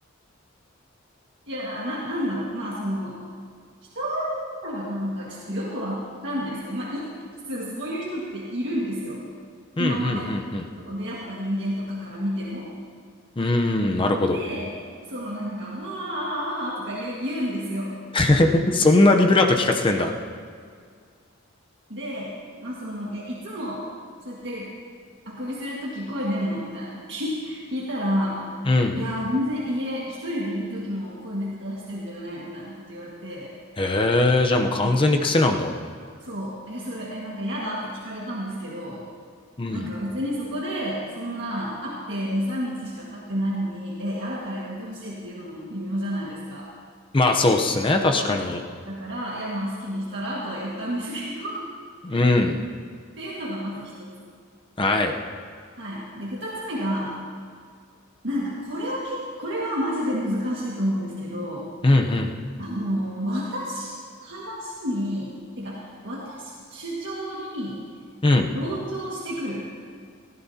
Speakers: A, on the right; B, on the left.
A: いや、な、なんだろう、まあ、その、一だからなんかちょっとよくわかんないですけど、まあ、一定数そういう人っているんですよ。
B: うん、
A: 今までその出会った人間とかから見ても。
B: うん、うん、うん。うーん、なるほど。
A: で、そのなんか、ああとか言う言うんですよ。
B: <laughs> そんなビブラート聞かせてんだ。
A: で、まあその、え、いつもそうやってあくびするとき声出んのみたいな <laughs> 聞聞いたら、
B: うん。
A: いやー、全然家一人でいるときも声出出してんだよねみたいなこと言われて、
B: へえ、じゃあもう完全に癖なんだ。
A: ね、そう、え、それ、え、なんか嫌だって聞かれたんですけど、
B: うん。
A: なんか別にそこで、そんな会って2、3日しか経ってないのに、え、嫌だからやめてほしいっていうのも微妙じゃないですか。
B: まあ、そうっすね、確かに。
A: そう。だから、いやまあ好きにしたらとは言ったんですけど <laughs>
B: うん。
A: っていうのがまず一つ。
B: はい。
A: はい。で、二つ目が、なんかこれは結これはマジで難しいと思うんですけど、
B: うんうん。
A: あの、私の話に、てか、私の主張に
B: うん。
A: 同調してくる。